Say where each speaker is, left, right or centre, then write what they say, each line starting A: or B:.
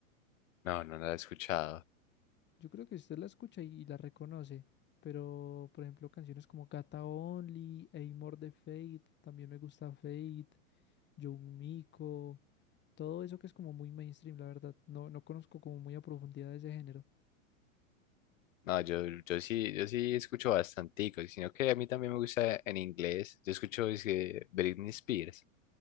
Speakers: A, on the left; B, on the left.
A: No, no la he escuchado.
B: Yo creo que usted la escucha y la reconoce, pero por ejemplo, canciones como Gata Only, Amor de Fate, también me gusta Fate, Young Miko. Todo eso que es como muy mainstream, la verdad. No, no conozco como muy a profundidad ese género.
A: No, yo, yo sí, yo sí escucho bastantico, sino que a mí también me gusta en inglés. Yo escucho es que, Britney Spears.